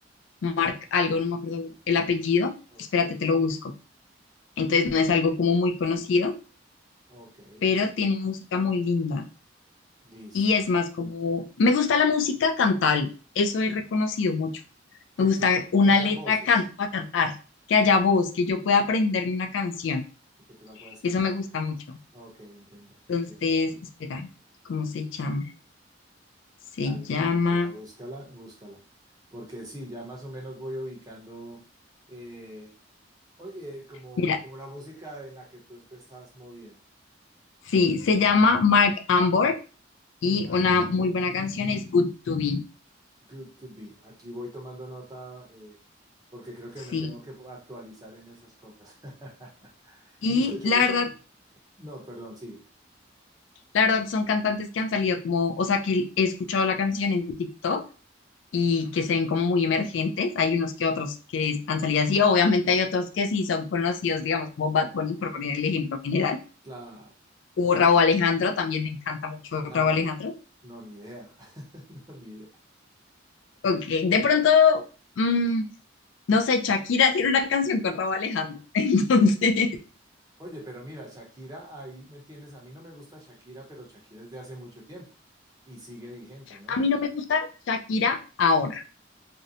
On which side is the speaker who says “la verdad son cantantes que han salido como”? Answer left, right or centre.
Left